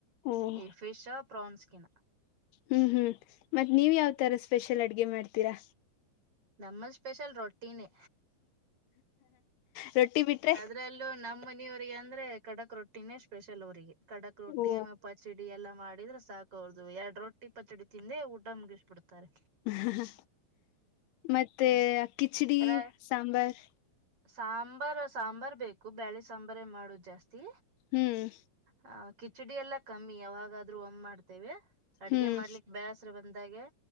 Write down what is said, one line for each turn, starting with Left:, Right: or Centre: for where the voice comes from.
Left: ಓ
Right: ಈ ಫಿಶ್ ಪ್ರೋನ್ಸ್ಕಿನ
Left: ಹ್ಮ್ ಹ್ಮ್ ಮತ್ ನೀವ್ ಯಾವ್ ತರ ಸ್ಪೆಷಲ್ ಅಡ್ಗೆ ಮಾಡ್ತೀರಾ
Right: ನಮ್ಮ ಸ್ಪೆಷಲ್ ರೊಟ್ಟಿನೇ
Left: ರೊಟ್ಟಿ ಬಿಟ್ರೆ
Right: ಅದ್ರಲ್ಲೂ ನಮ್ಮ ನೀವ್ರರಿಗೆ ಅಂದ್ರೆ ಕಡಕ್ ರೊಟ್ಟಿನೇ ಸ್ಪೆಷಲ್ ಅವರಿಗೆ ಕಡಕ್ ರೊಟ್ಟಿ
Left: ಓ
Right: ಆಮೇ ಪಚಿಡಿ ಎಲ್ಲ ಮಾಡಿದ್ರೆ ಸಾಕು ೌದು ಎರಡ್ ರೊಟ್ಟಿ ಪಚಡಿ ತಿಂದೆ ಊಟ ಮುಗಿಸ್ಬ ಬಿಡ್ತಾರೆ
Left: ಹ ಮತ್ತೆ ಕಿಚಡಿ
Right: ರ
Left: ಸಾಂಬಾರ್
Right: ಸಾಂಬಾರ್ ಸಾಂಬಾರ್ ಬೇಕು ಬೇಳೆ ಸಾಂಬಾರ್ ಮಾಡೋುದು ಜಾಸ್ತಿ
Left: ಹ್ಮ್
Right: ಹ ಕಿಚಡಿ ಎಲ್ಲ ಕಮ್ಮಿ ಯಾವಾಗಾದ್ರೂ ಒಮ್ಮ್ ಮಾಡ್ತೇವೆ ಅಡ್ಗೆ
Left: ಹ್ಮ್
Right: ಮಾಡ್ಲಿಕ್ ಬೇಸರ ಬಂದಾಗ